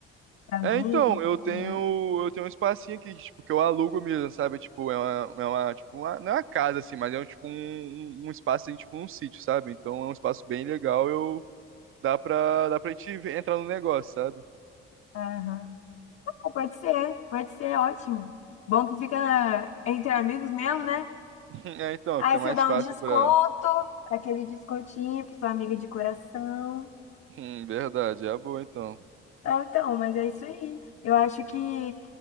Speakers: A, on the left (about 45°); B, on the right (about 40°).
A: para mim,
B: É, então,
A: e
B: eu
A: tudo
B: tenho,
A: mais.
B: eu tenho um espacinho aqui, tipo, que eu alugo mesmo, sabe? Tipo, é uma, é uma, tipo, uma- não é uma casa, assim, mas é um, tipo, um, um um espaço, assim, tipo, um sítio, sabe? Então, é um espaço bem legal, eu, dá pra, dá pra gente entrar no negócio, sabe?
A: Aham. Pode ser, pode ser, ótimo. Bom que fica entre amigos mesmo, né?
B: <laughs> É, então,
A: Aí
B: fica
A: você
B: mais
A: dá
B: fácil
A: um desconto,
B: pra...
A: aquele descontinho para sua amiga de coração.
B: Hum, verdade, é a boa, então.
A: Ah, então, mas é isso aí. Eu acho que,